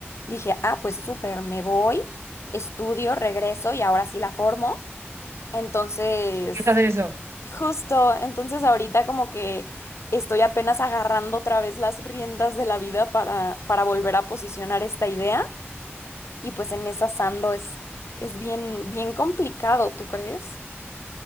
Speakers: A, on the left (about 75°); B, on the right (about 70°).
A: dije, ah, pues súper, me voy, estudio, regreso y ahora sí la formo. Entonces...
B: ¿Qué estás en eso?
A: Justo, entonces ahorita como que estoy apenas agarrando otra vez las riendas de la vida para, para volver a posicionar esta idea y pues en esa ando es, es bien, bien complicado, ¿tú crees?